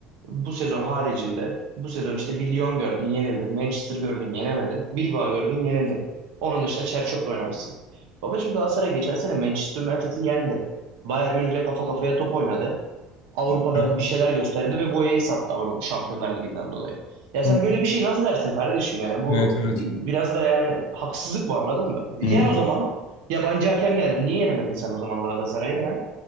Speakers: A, on the right (about 85°); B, on the left (about 85°).
A: bu sezon haricinde bu sezon işte bir Lyon gördün yenildin, Manchester gördün yenemedin, Bilbao gördün yenildin. Onun dışında Çerçok'la oynamışsın. Babacım Galatasaray geçen sene Manchester United'ı yendi. Bayern Münih'le kafa kafaya top oynadı. Avrupa'da
B: Evet.
A: bir şeyler gösterdi ve boyayı sattı Avrupa Şampiyonlar Ligi'nden dolayı. Ya sen
B: Hı
A: böyle bir şey nasıl dersin kardeşim yani bu
B: Evet,
A: e,
B: evet.
A: biraz da yani haksızlık bu anladın mı? Yen
B: hı. hı.
A: o zaman yabancı hakem geldi. Niye yenemedin sen o zaman Galatasaray'ı ha?